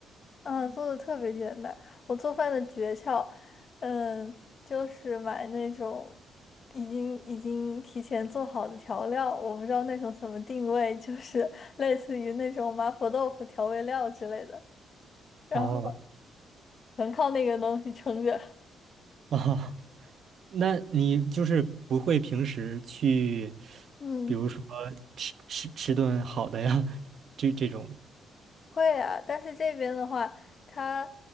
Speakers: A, on the left; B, on the right.
A: 嗯，做的特别简单。我做饭的诀窍，嗯，就是买那种已经已经提前做好的调料，我不知道那种怎么定位，就是 <laughs> 类似于那种麻婆豆腐调味料之类的，然后
B: 哦
A: 全靠那个东西撑着。
B: 哦，<laughs> 那你就是不会平时去，
A: <laughs> 嗯。
B: 比如说吃吃吃顿好的呀，这这种。
A: 会啊，但是这边的话，它，